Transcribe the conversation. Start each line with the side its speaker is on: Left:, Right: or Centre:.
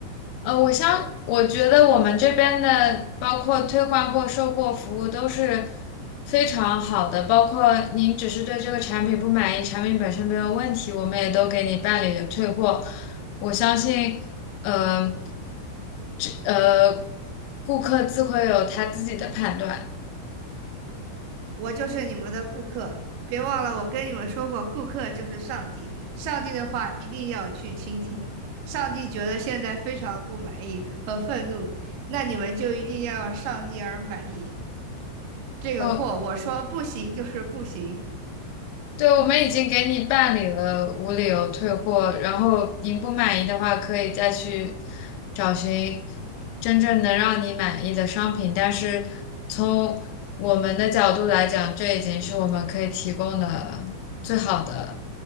Left: 呃，我相我觉得我们这边的包括退换货、售后服务都是非常好的，包括您只是对这个产品不满意，产品本身没有问题，我们也都给你办理了退货。我相信，呃，这呃，顾客自会有他自己的判断。
Right: 我就是你们的顾客，别忘了我跟你们说过，顾客就是上帝，上帝的话一定要去倾听。上帝觉得现在非常不满意和愤怒，那你们就一定要让上帝而满意。这个货，
Left: 嗯、
Right: 我说不行就是不行。
Left: 对，我们已经给你办理了无理由退货，然后您不满意的话，可以再去找寻真正能让你满意的商品。但是从我们的角度来讲，这已经是我们可以提供的最好的，